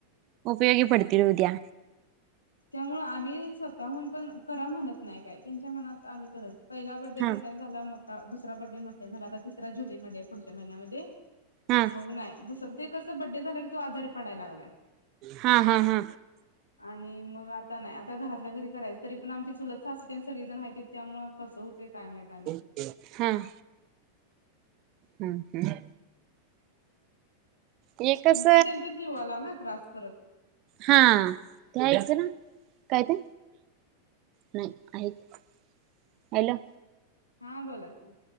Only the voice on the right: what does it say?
उपयोगी पडतील उद्या
हा
हा
हा हा हा
हॅलो हम्म हम्म हे कस
हा द्यायच ना काय ते नाही आहेतच हलो